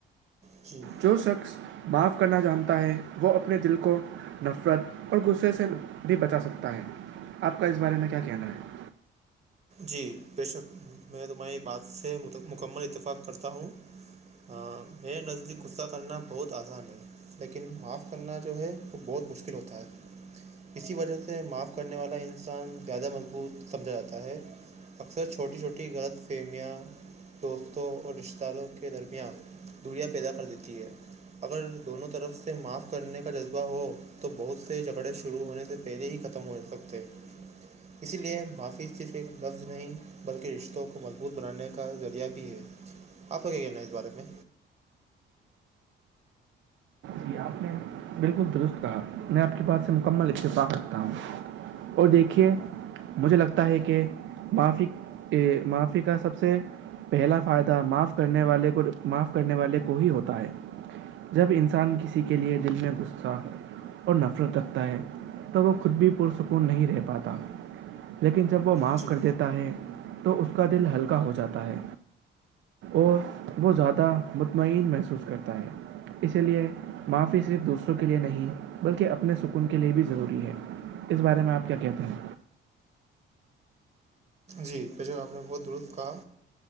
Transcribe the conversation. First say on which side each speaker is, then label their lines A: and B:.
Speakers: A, on the right; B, on the right.
A: جی
B: جو شخص معاف کرنا جانتا ہے وہ اپنے دل کو نفرت اور غصے سے بھی بچا سکتا ہے آپ کا اس بارے میں کیا کہنا ہے
A: جی بے شک میں تمہاری بات سے مکمل اتفاق کرتا ہوں ہاں میر نزدیک غصہ کرنا بہت آسان ہے لیکن معاف کرنا جو ہے وہ بہت مشکل ہوتا ہے اسی وجہ سے معاف کرنے والا انسان زیادہ مضبوط سمجھا جاتا ہے اکثر چھوٹی چھوٹی غلط فہمیاں دوستوں اور رشتہ داروں کے درمیان دوریا پیدا کر دیتی ہے اگر دونوں طرف سے معاف کرنے کا جذبہ ہو تو بہت سے جھگڑے شروع ہونے سے پہلے ہی ختم ہو سکتے اسی لیے معافی صرف ایک لفظ نہیں بلکہ رشتوں کو مضبوط بنانے کا ذریعہ بھی ہے آپ کا کیا کہنا ہے اس بارے میں
B: جی آپ نے بالکل درست رہا میں آپ کی بات سے مکمل اتفاق رکھتا ہوں اور دیکھیے مجھے لگتا ہے کہ معافی معافی کا سب سے پہلا فائدہ معاف کرنے والے کو ہی ہوتا ہے جب انسان کسی کے لئے دل میں غصہ اور نفرت رکھتا ہے تو وہ خود بھی پرسکون نہیں رہ پاتا لیکن جب وہ معاف
A: جی
B: کر دیتا ہے تو اس کا دل ہلکا ہو جاتا ہے اور وہ زیادہ مطمئن محسوس کرتا ہے اسی لیے معافی صرف دوسروں کے لیے نہیں بلکہ اپنے سکون کے لیے بھی ضروری ہے اس بارے میں آپ کیا کہتے ہیں
A: جی بک آپ نے بہت درست کہا